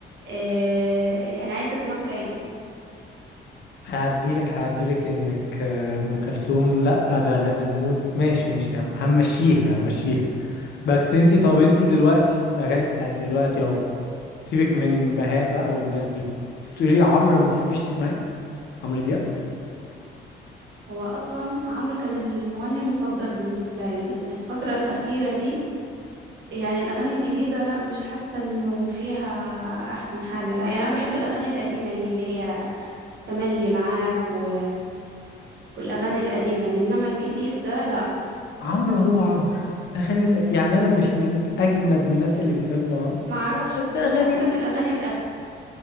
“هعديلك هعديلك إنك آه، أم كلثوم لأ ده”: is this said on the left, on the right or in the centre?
Left